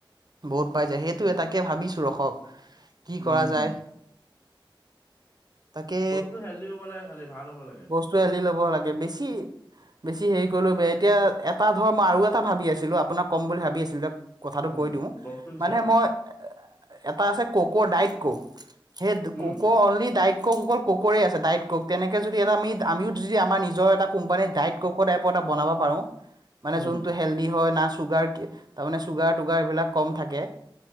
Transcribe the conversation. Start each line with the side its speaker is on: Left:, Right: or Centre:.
Right: বহুত পাই যায়, সেইটো এ তাকে ভাবিছো ৰখক কি
Left: উম,
Right: কৰা যায়। তাকে
Left: বস্তু হেল্ডি হ'ব লাগে খালি ভাল হ'ব লাগে,
Right: বস্তু এলি ল'ব লাগে বেছি বেছি হেৰি কৰিলো বেয়া, এতিয়া এটা ধৰ আৰু এটা ভাবি আছিলো আপোনাক কম বুলি ভাবি আছিলো কথাটো
Left: উম,
Right: কৈ দিওঁ
Left: কওকচোন
Right: মানে
Left: কওক,
Right: মই এটা আছে ককৰ ডাইট কক। সেই
Left: উম,
Right: কক অললি দায়িত কক ককৰে আছে ডাইট কক। তেনেকে যদি এটা আমি আমিও যদি আমাৰ নিজৰ এটা কোম্পানীৰ ডাইট কওক বনাব পাৰো। মানে
Left: উম,
Right: যোনটো হেল্ডি হয় না চুগাৰ তাৰমানে চুগাৰ টুগাৰ এইবিলাক কম থাকে,